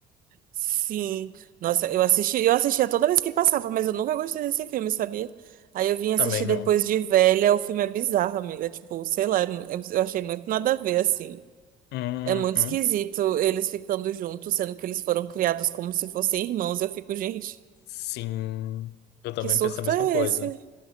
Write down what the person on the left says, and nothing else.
Também não.
Uhum.
Sim, eu também
penso a mesma
coisa.